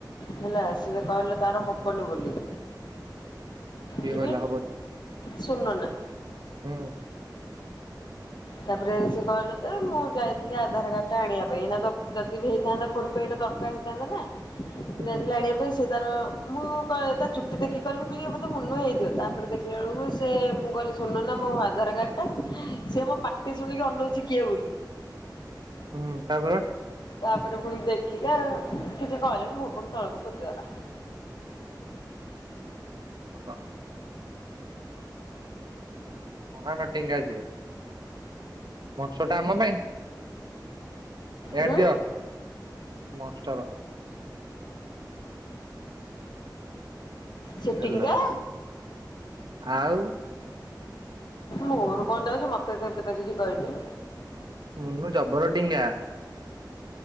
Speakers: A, on the left; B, on the right.
A: ହେଲା ସେ କହିଲେ ତାର ହବନି ବୋଲି।
B: କିଏ
A: ଯିବି
B: କହିଲା ହବନି?
A: ସୁନନା।
B: ହୁଁ
A: ତାପରେ ସେ କହିଲେ ତ ମୁଁ ଯାଇଥିଲି ଆଧାର କାର୍ଡ ଟା ଆଣିବା ପାଇଁ ଏଇନା ତ ଯଦି ବି ହେଇଥାନ୍ତା ଫୋନ ପେ ଟା ଦରକାର ହେଇଥାନ୍ତା ନା
B: ହୁଁ
A: ଯାଇଥିଲି ଆଣିବା ପାଇଁ ସେ ତାର ମୁଁ କହି ତା ଚୁଟି ଦେଖି କହିଲି ମୁଁ କହିଲି ଇଏ ବୋଧେ ମୁନୁ ହେଇଥିବ ତାପରେ ଦେଖିଲା ବେଳକୁ ସେ ମୁଁ କହିଲି ସୁନନା ମୋ ଆଧାର କାର୍ଡ ଟା ସିଏ ମୋ ପାଟି ଶୁଣିକି ଅନଉଛି କିଏ ବୋଲି।
B: ହୁଁ ତାପରେ।
A: ତାପରେ ପୁଣି ଦେଖିକି ଆ କିଛି କହିଲାନି ମୁଁହ ପୁଣି ତଳକୁ ପୋତିଦେଲା।
B: ଭଲ। ମହାନ ଟିଙ୍ଗା ସିଏ ବର୍ଷଟା ଆମ ପାଇଁ। ଏୟାଡ଼େ
A: ଉଁ
B: ଦିଅ ମନଷ୍ଟର୍।
A: ସେ
B: ହେଲା
A: ଟିଙ୍ଗା।
B: ଆଉ।
A: ମୋର କଣ ଯାଉଛି ମତେ ସେ କେବେ ତ କିଛି କହିନି।
B: ମୁନୁ ଜବର ଟିଙ୍ଗା।